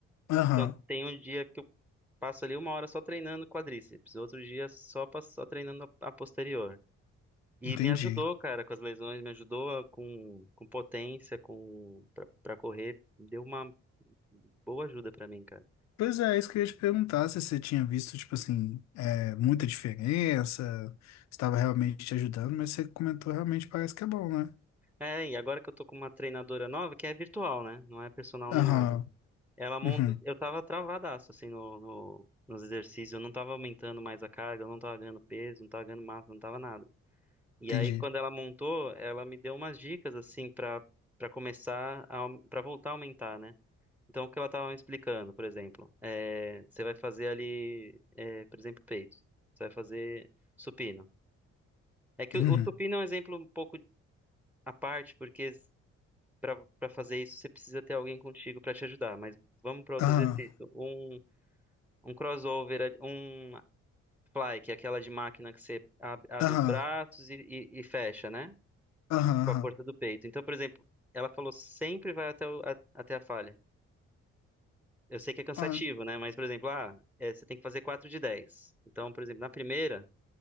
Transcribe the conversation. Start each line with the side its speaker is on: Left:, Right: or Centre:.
Left: Aham,
Centre: Então tem um dia que eu passo ali uma hora só treinando quadríceps, outro dia só, passo- só treinando a a posterior. E
Left: entendi.
Centre: me ajudou, cara, com as lesões, me ajudou a- com, com potência, com pra, pra correr, deu uma boa ajuda pra mim, cara.
Left: Pois é, é isso que eu ia te perguntar, se você tinha visto, tipo assim, é, muita diferença, estava realmente te ajudando, mas você comentou realmente parece que é bom, né?
Centre: É, e agora que eu tô com uma treinadora nova, que é virtual, né? Não é personal
Left: Aham,
Centre: nem nada. Ela monta,
Left: uhum,
Centre: eu tava travadaço assim no, no- nos exercícios, eu não tava aumentando mais a carga, eu não tava ganhando peso, não tava ganhando massa, não tava nada. E
Left: entendi.
Centre: aí quando ela montou, ela me deu umas dicas assim pra para começar a, para voltar a aumentar, né? Então, o que ela estava me explicando, por exemplo, é, você vai fazer ali, é, por exemplo, peito. Você vai fazer supino. É que
Left: Uhum,
Centre: o, o supino é um exemplo um pouco à parte, porque para para fazer isso você precisa ter alguém contigo para te ajudar. Mas vamos para outro
Left: Aham,
Centre: exercício. Um, um crossover, ali- um fly, que é aquela de máquina que você ab- abre,
Left: aham,
Centre: os braços e, e- e fecha, né?
Left: aham,
Centre: Com
Left: aham.
Centre: a força do peito. Então, por exemplo, ela falou sempre vai até, o- a- até a falha. eu sei que é cansativo,
Left: Ah,
Centre: né? Mas, por exemplo, ah, é, você tem que fazer 4 de 10. Então, por exemplo, na primeira,